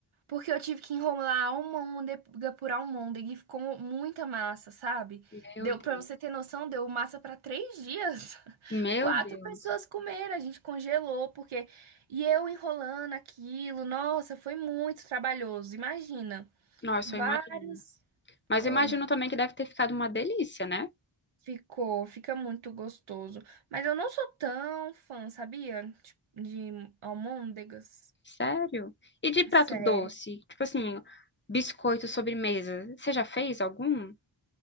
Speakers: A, on the right (about 85°); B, on the left (about 25°).
A: Porque eu tive que enrolar a almôndega por almôndega e ficou muita massa, sabe?
B: Meu
A: Deu
B: Deus.
A: pra você ter noção, deu massa pra três dias. <laughs>
B: Meu
A: Quatro
B: Deus.
A: pessoas comeram, a gente congelou, porque. E eu enrolando aquilo, nossa, foi muito trabalhoso. Imagina,
B: Nossa,
A: vários.
B: eu imagino. Mas
A: Foi.
B: eu imagino também que deve ter ficado uma delícia, né?
A: Ficou, fica muito gostoso. Mas eu não sou tão fã, sabia? Tipo, De almôndegas.
B: Sério. E de prato
A: Sério.
B: doce? Tipo assim, biscoito sobremesa. Você já fez algum?